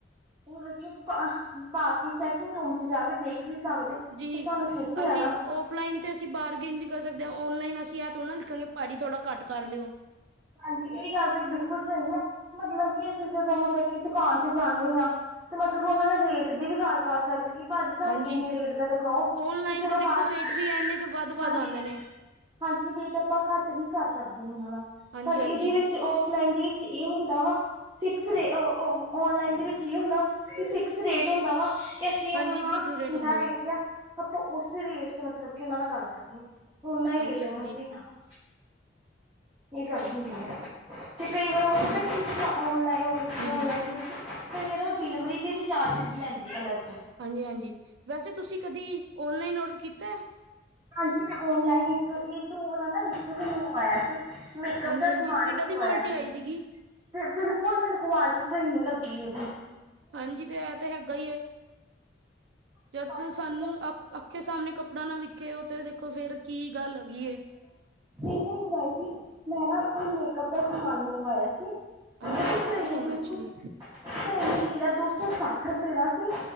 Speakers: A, on the right; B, on the right.
A: ਉਹ ਵਧੀਆ ਕੇ ਪਾ ਕੇ ਚੈਕਿੰਗ ਰੂਮ 'ਚ ਜਾ ਕੇ ਦੇਖ। ਵੀ ਸਕਦੇ ਕਿ,
B: ਜੀ
A: ਸਾਨੂੰ ਫਟੀ ਆ
B: ਅਸੀਂ
A: ਨਾ।
B: ਔਫਲਾਈਨ ਤੇ ਅਸੀਂ ਬਾਹਰ ਗੇਨ ਵੀ ਕਰਦੇ ਹਾਂ, ਔਨਲਾਈਨ ਅਸੀਂ ਇਹ ਥੋੜ੍ਹਾ ਨਾ ਲਿਖਾਂਗੇ, ਭਾਰੀ ਥੋੜ੍ਹਾ ਘੱਟ ਕਰ ਲਿਓ।
A: ਹਾਂਜੀ, ਇਹ ਗੱਲ ਤਾਂ ਬਿਲਕੁਲ ਸਹੀ ਆ ਮਤਲਬ ਕਿ ਅਸੀਂ ਜਦੋਂ ਮਤਲਬ ਕਿ ਦੁਕਾਨ ਤੇ ਜਾਂਦੇ ਹਾਂ। ਤੇ ਮਤਲਬ ਉਹਨਾ ਨੇ ਰੇਟ ਦੀ ਵੀ ਗੱਲ ਕਰਤੀ। ਸਕਦੇ ਕਿ, ਭਾਜੀ ਤੁਹਾਨੂੰ
B: ਹਾਂਜੀ
A: ਇੰਨੇ ਰੇਟ ਦਾ ਦਿਖਾਓ,
B: ਔਨਲਾਈਨ
A: ਤੇ ਚਲੋ
B: ਦੇਖੋ
A: ਬਾਅਦ ਵਿੱਚ
B: ਰੇਟ ਵੀ ਇੰਨੇ ਕੁ ਵੱਧ ਵੱਧ
A: ਹਾਂਜੀ।
B: ਆਉਂਦੇ ਨੇ
A: ਹਾਂਜੀ ਰੇਟ ਆਪਾਂ ਘਟ ਵੀ ਕਰ ਸਕਦੇ, ਉਹਨਾ ਦਾ
B: ਹਾਂਜੀ
A: ਪਰ ਇਹਦੇ
B: ਹਾਂਜੀ
A: ਵਿਚ ਔਫਲਾਈਨ ਦੇ ਵਿਚ ਇਹ ਹੁਦਾ ਵਾ ਫਿਕਸ ਰੇ ਔਨਲਾਈਨ ਦੇ ਵਿਚ ਇਹ ਹੁੰਦਾ ਵਾ, ਕਿ ਫਿਕਸ ਰੇਟ ਹੁਦਾ ਵਾ ਕਿ ਅਸੀ ਉਹਨਾ
B: ਹਾਂਜੀ
A: ਨਾਲ
B: ਫਿਕਸ
A: ਜਿਨਾ
B: ਹੁੰਦਾ ਵਾ
A: ਰੇਟ ਆ ਆਪਾਂ ਉਸੇ ਰੇਟ ਤੇ ਮਤਲਬ ਕਿ, ਉਹਨਾ ਨਾਲ ਗਲ ਕਰਨੀ ਉਹਨਾ ਹੀ ਰੇਟ
B: ਹਾਂਜੀ
A: ਉਹਨਾਂ
B: ਹਾਂਜੀ
A: ਦੀ ਨਾ ਵਾ ਇਹ ਗਲ ਹੁਦੀ ਹੈ, ਤੇ ਕਈ ਵਾਰ ਉਹ
B: ਹਾਂਜੀ
A: ਪਤਾ ਕੀ ਹੁੰਦਾ ਲਾ
B: ਹਾਂਜੀ
A: ਲਾਈਨ ਵਿਚ ਤੇ ਯਾਰ ਉਹ ਡਿਲੀਵਰੀ ਦੇ ਵੀ ਚਾਰਜਿਸ ਲੈਦੀ ਅਲਗ
B: ਹਾਂਜੀ-ਹਾਂਜੀ ਵੈਸੇ ਤੁਸੀ ਕਦੀ ਓਨਲਾਈਨ ਔਡਰ ਕੀਤਾ?
A: ਹਾਂਜੀ ਮੈਂ ਔਨਲਾਈਨ ਇਕ ਇਹ ਦੋਰ ਨਾ ਲੈਨੂੰ ਆਇਆ ਸੀ। ਮੇਕਅਪ
B: ਹਾਂਜੀ
A: ਦਾ
B: ਹਾਂਜੀ
A: ਸਮਾਨ
B: ਕਿੱਦਾਂ
A: ਹੀ ਮੰਗਵਾਇਆ
B: ਦੀ ਕੁਆਲਿਟੀ
A: ਸੀ।
B: ਆਈ ਸੀਗੀ
A: ਤੇ ਬਿਲਕੁਲ ਮੈਨੂੰ ਕੁਆਲਿਟੀ ਸਹੀ ਨੀ ਲਗੀ ਇਹਦੀ
B: ਹਾਂਜੀ ਤੇ ਇਹ ਤੇ ਹੈਗਾ,
A: ਨਾ
B: ਜਦ ਸਾਨੂੰ ਅ ਅਖੇ ਸਾਹਮਣੇ ਕੱਪੜਾ ਨਾ ਵਿਖੇ, ਉਹ ਤੇ ਦੇਖੋ ਫੇਰ ਕੀ ਗਲ ਹੈਗੀ
A: ਇਹ ਮੰਗਵਾਏ ਸੀ ਮੈਂ ਨਾ ਕੋਈ ਮੇਕਅਪ ਦਾ ਸਮਾਨ ਮੰਗਵਾਇਆ ਸੀ।
B: ਹਾਂਜੀ ਮੇਕਅਪ
A: ਸਹੀ
B: ਦਾ ਸਮਾਨ
A: ਨ ਬਿਲਕੁਲ
B: ਅੱਛਾ ਜੀ
A: ਸਹੀ ਨ ਨਿਕਲਿਆ ਦੋ ਸੌ ਸੱਠ ਰੁਪਏ ਦਾ ਸੀ।